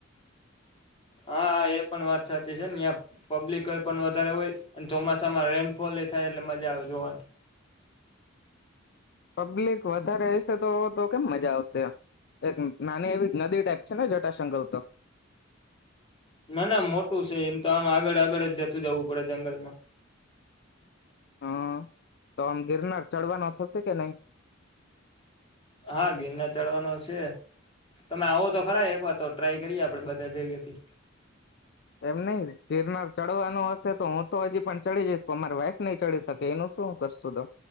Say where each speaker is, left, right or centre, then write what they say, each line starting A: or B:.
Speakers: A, on the left; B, on the left.
A: હાા એ પણ વાત સાચી છે, ને્યા પબ્લિક એ પણ વધારે હોય ચોમાસામાં રેનફોલ થાય. એટલે મજા, આવે જોવાનુ
B: પબ્લિક વધારે તો કેમ મજા આવશે એક નાની એવી નદી, ટાઈપ છે, ને જટાશકર તો
A: ના ના મોટુ છે, એમ તો આમ આગળ આગળ જ જતુ જવુ પડે જંગલમા
B: હા, તો આમ ગિરનાર ચડવાનો થશે કે, નહી.
A: હા, ગિરના ચડવાનો છે. તમે આવો, તો ખરા એક વાર તો ટ્રાય કરીએ આપડે બધા ભેગેથી.
B: એમ નઈિ ગિરનાર ચડવાનું હશે, તો હું તો હજી પણ ચડી જઈશ પણ મારી વાઈફ નહી, ચડી શકે એનુ શું, કરસ તો